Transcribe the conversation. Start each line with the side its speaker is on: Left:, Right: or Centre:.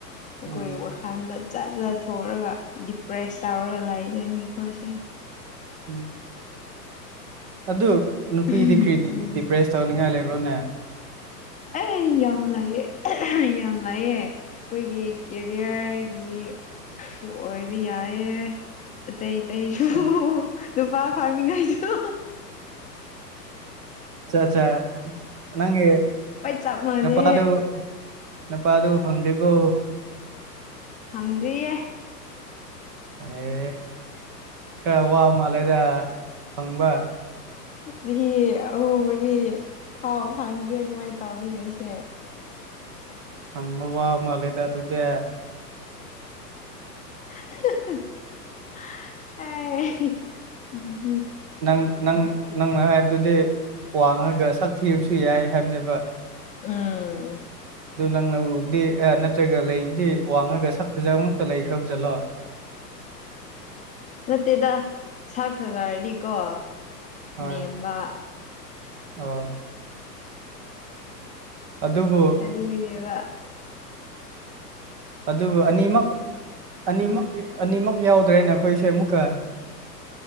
Left: ꯑꯩꯈꯣꯏ
Right: ꯎꯝ
Left: ꯋꯥꯈꯜꯗ ꯆꯠ ꯆꯠꯊꯑꯒ ꯗꯤꯄ꯭ꯔꯦꯁ ꯇꯧꯔꯒ ꯂꯩꯗꯣꯏꯅꯤ ꯑꯩꯈꯣꯏꯁꯦ
Right: ꯎꯝ ꯑꯗꯨ ꯅꯨꯄꯤꯗꯤ
Left: ꯎꯝ
Right: ꯀꯔꯤ
Left: ꯎꯝ
Right: ꯗꯤꯄ꯭ꯔꯦꯁ ꯇꯧꯅꯤꯡꯉꯥꯏ ꯂꯩꯕ꯭ꯔꯣꯅꯦ
Left: ꯑꯩ ꯌꯥꯝ ꯂꯩꯌꯦ ꯌꯥꯝ ꯂꯩꯌꯦ ꯑꯩꯈꯣꯏꯒꯤ ꯀꯦꯔꯤꯌꯔꯒꯤ ꯁ ꯑꯣꯏꯕ ꯌꯥꯏꯌꯦ ꯑꯇꯩ ꯑꯇꯩꯁꯨ
Right: ꯑꯠꯆꯥ
Left: ꯅꯨꯄꯥ ꯐꯪꯡꯅꯤꯡꯉꯥꯏꯁꯨ
Right: ꯑꯆꯥꯆꯥ ꯅꯪꯒꯤ
Left: ꯇꯞ ꯃꯅꯤ
Right: ꯅꯨꯄꯥꯗꯨ ꯅꯨꯄꯥꯗꯨ ꯐꯪꯗ꯭ꯔꯤꯕꯣ
Left: ꯐꯪꯗ꯭ꯔꯤꯌꯦ
Right: ꯑꯦ ꯈꯔ ꯋꯥ ꯃꯥꯜꯂꯦꯗ ꯐꯪꯕ
Left: ꯆꯍꯤ ꯑꯍꯨꯝ ꯃꯔꯤ ꯐꯥꯎ ꯐꯪꯗ꯭ꯔꯦ ꯀꯃꯥꯏꯅ ꯇꯧꯅꯤ ꯑꯩꯁꯦ
Right: ꯐꯪꯕ ꯋꯥ ꯃꯥꯜꯂꯦꯗ ꯑꯗꯨꯗꯤ
Left: ꯑꯥ ꯍꯥꯍꯥ ꯑꯦ
Right: ꯅꯪ ꯅꯪ ꯅꯪ ꯑꯗꯨꯗꯤ ꯋꯥꯡꯉꯒ ꯁꯛ ꯊꯤꯔꯁꯨ ꯌꯥꯏ ꯍꯥꯏꯕꯅꯦꯕ
Left: ꯎꯝ
Right: ꯑꯗꯨ ꯅꯪꯅ ꯎꯕꯨꯗꯤ ꯑꯦ ꯅꯠꯇ꯭ꯔꯒ ꯂꯩꯕꯨꯗꯤ ꯋꯥꯡꯉꯒ ꯁꯛ ꯐꯖꯕ ꯑꯃꯨꯛꯇ ꯂꯩꯈ꯭ꯔꯕꯖꯠꯂꯣ
Left: ꯅꯠꯇꯦꯗ ꯁꯛ ꯐꯖꯥꯔꯗꯤꯀꯣ
Right: ꯍꯣꯏ
Left: ꯅꯦꯝꯕ
Right: ꯑꯣ ꯑꯗꯨꯕꯨ
Left: ꯑꯗꯨꯒꯥꯅꯦꯕ
Right: ꯑꯗꯨꯕꯨ ꯑꯅꯤꯃꯛ ꯑꯅꯤꯃꯛ ꯑꯅꯤꯃꯛ ꯌꯥꯎꯗ꯭ꯔꯦꯅꯦ ꯑꯩꯈꯣꯏꯁꯦ ꯑꯃꯨꯛꯀ